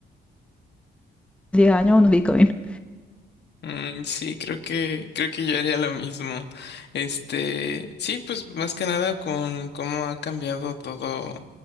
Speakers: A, in the centre; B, on the left.
A: 10 años, unos Bitcoin. <laughs>
B: Mm, sí, creo que, creo que yo haría lo mismo. Este, sí, pues más que nada con cómo ha cambiado todo,